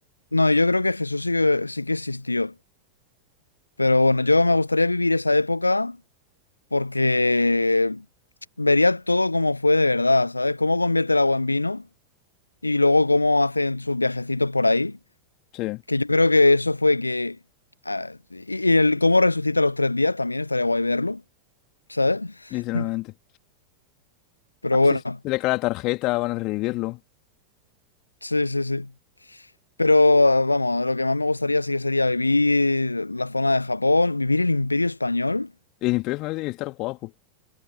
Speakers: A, on the left (about 80°); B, on the left (about 40°).
A: No, yo creo que Jesús sí que, sí que existió. Pero bueno, yo me gustaría vivir esa época porque vería todo como fue de verdad, ¿sabes? Cómo convierte el agua en vino y luego cómo hacen sus viajecitos por ahí.
B: Sí,
A: Que yo creo que eso fue que... ah, y, y el cómo resucita a los tres días también estaría guay verlo, ¿sabes?
B: literalmente.
A: <laughs> Pero
B: Así
A: bueno,
B: se le cae la tarjeta, van a revivirlo.
A: sí, sí, sí. Pero ah, vamos, lo que más me gustaría sí que sería vivir la zona de Japón, vivir el Imperio Español.
B: Y el Imperio Final tiene que estar guapo.